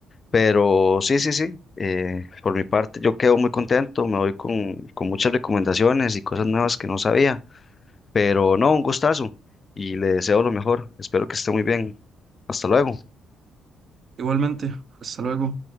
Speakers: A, on the left (about 35°); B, on the right (about 45°).
A: Pero sí, sí, sí, eh, por mi parte yo quedo muy contento, me voy con, con muchas recomendaciones y cosas nuevas que no sabía, pero no, un gustazo y le deseo lo mejor, espero que esté muy bien, hasta luego.
B: Igualmente, hasta luego.